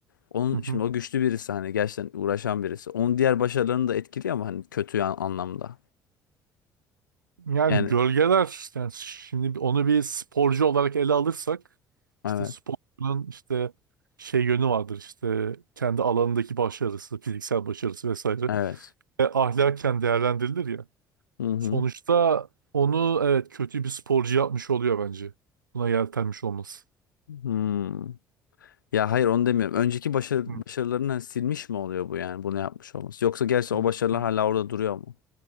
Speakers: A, on the left (about 75°); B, on the right (about 80°).
A: onun
B: hı. hı.
A: şimdi o güçlü birisi hani gerçekten uğraşan birisi. Onun diğer başarılarını da etkiliyor ama hani kötü an- anlamda.
B: Yani
A: Yani
B: gölgeler, yani şimdi onu bir sporcu olarak ele alırsak,
A: evet.
B: işte sporcunun işte şey yönü vardır işte kendi alanındaki başarısı, fiziksel başarısı vesaire.
A: Evet.
B: Ve ahlaken değerlendirilir ya.
A: Hı hı.
B: Sonuçta onu evet kötü bir sporcu yapmış oluyor bence. Buna yeltenmiş olması.
A: Hmm. Ya hayır onu demiyorum. Önceki başarı,
B: Hı,
A: başarılarını hani silmiş mi oluyor bu yani bunu yapmış olması? Yoksa gerçi o
B: hı,
A: başarılar
B: hı.
A: hala orada duruyor mu?